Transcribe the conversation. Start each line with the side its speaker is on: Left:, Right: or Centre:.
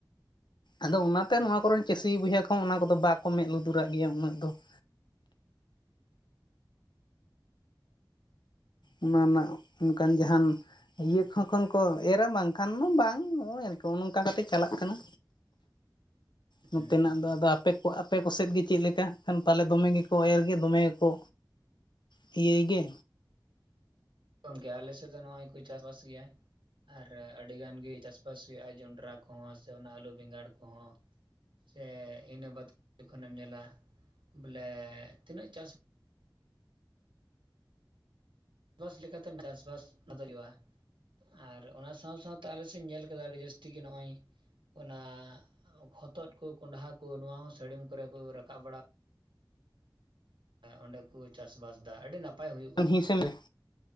Left: ᱟᱫᱚ ᱚᱱᱟᱛᱮ ᱱᱚᱣᱟ ᱠᱚᱨᱮᱱ ᱪᱟᱹᱥᱤ ᱵᱚᱭᱦᱟ ᱠᱚᱦᱚᱸ ᱚᱱᱟ ᱠᱚᱫᱚ ᱵᱟᱠᱚ ᱢᱮᱫ ᱞᱩᱛᱩᱨᱟᱜ ᱜᱮᱭᱟ ᱩᱱᱟᱹᱜ ᱫᱚ᱾ <inaudible> ᱚᱱᱟ ᱨᱮᱱᱟᱜ ᱚᱱᱠᱟᱱ ᱡᱟᱦᱟᱱ ᱤᱭᱟᱹ ᱠᱷᱚᱸ ᱠᱷᱚᱱ ᱠᱚ ᱮᱨᱟ ᱵᱟᱝᱠᱷᱟᱱ ᱫᱚ ᱵᱟᱝ ᱱᱚᱜᱼᱚᱭ ᱟᱨᱠᱤ ᱚᱱᱠᱟ ᱠᱟᱛᱮ ᱪᱟᱞᱟᱜ ᱠᱟᱱᱟ᱾ ᱱᱚᱛᱮᱱᱟᱜ
Right: ᱦᱩᱸ
Left: ᱫᱚ ᱟᱫᱚ ᱟᱯᱮ ᱛᱚ ᱟᱯᱮ ᱠᱚ ᱥᱮᱫ ᱜᱮ ᱪᱮᱫ ᱞᱮᱠᱟ ᱠᱷᱟᱱ ᱯᱟᱞᱮ ᱫᱚᱢᱮ ᱜᱮᱠᱚ ᱮᱨ ᱜᱮ ᱫᱚᱢᱮ ᱜᱮᱠᱚ ᱤᱭᱟᱹᱭ ᱜᱮ
Right: ᱜᱚᱢᱠᱮ ᱟᱞᱮ ᱥᱮᱫ ᱫᱚ ᱱᱚᱜ-ᱚᱭ ᱠᱚ ᱪᱟᱥ ᱵᱟᱥ ᱜᱮᱭᱟ᱾ ᱟᱨ ᱟᱰᱤ ᱜᱟᱱ ᱜᱮ ᱪᱟᱥᱵᱟᱥ ᱦᱩᱭᱩᱜᱼᱟ, ᱡᱚᱱᱰᱨᱟ ᱠᱚᱦᱚᱸ ᱥᱮ ᱚᱱᱟ ᱟᱞᱩ ᱵᱮᱸᱜᱟᱲ ᱠᱚᱦᱚᱸ᱾ ᱥᱮ ᱤᱱᱟᱹ ᱵᱟᱛᱷ <unintelligible> ᱡᱚᱠᱷᱚᱱᱮᱢ ᱧᱮᱞᱟ᱾ ᱵᱚᱞᱮ ᱛᱤᱱᱟᱹᱜ ᱪᱟᱥ ᱵᱟᱥ ᱞᱮᱠᱟᱛᱮᱢ ᱪᱟᱥ-ᱵᱟᱥ ᱚᱱᱟ ᱫᱚ ᱦᱩᱭᱩᱜ-ᱟ᱾ ᱟᱨ ᱚᱱᱟ ᱥᱟᱶ ᱥᱟᱶᱛᱮ ᱟᱞᱮ ᱥᱮᱫ ᱤᱧ ᱧᱮᱞ ᱠᱟᱫᱟ ᱟᱹᱰᱤ ᱡᱟᱹᱥᱛᱤ ᱜᱮ ᱱᱚᱜᱼᱚᱭ ᱚᱱᱟ ᱦᱚᱛᱚᱫ ᱠᱚ ᱠᱚᱸᱰᱷᱟ ᱠᱚ ᱱᱚᱣᱟ ᱦᱚᱸ ᱥᱟᱹᱲᱤᱢ ᱠᱚᱨᱮᱠᱚ ᱨᱟᱠᱟᱵ ᱵᱟᱲᱟ ᱚᱸᱰᱮ ᱠᱩ ᱪᱟᱥᱼᱵᱟᱥ ᱫᱟ ᱟᱰᱤ ᱱᱟᱯᱟᱭ ᱦᱩᱭᱩᱜ ᱠᱟᱱᱟ
Left: ᱦᱤᱸᱥᱮᱢ
Right: ᱚᱸᱰᱮ ᱦᱚᱸ
Left: ᱨᱮ